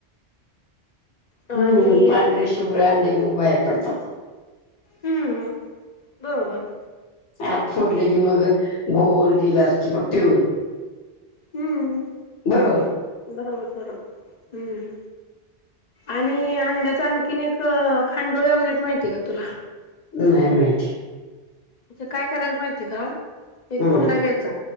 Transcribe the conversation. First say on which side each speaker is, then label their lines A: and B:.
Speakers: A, on the left (about 50°); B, on the left (about 85°).
A: आणि
B: हम्म, पांढरे शुभ्र अंडे मग बाहेर पडतात.
A: हम्म बरोबर.
B: आत फोडले की मग गोल डील असतंय मग पिवळं.
A: हम्म.
B: बरोबर.
A: बरोबर बरोब हम्म, आणि अंड्याचा आण किन एक अ खांडोळी आमलेट माहितीय का तुला?
B: नाही माहिती.
A: त्याचं काय करायचं माहितीय का? एक
B: हम्म
A: कुंडा घ्यायचा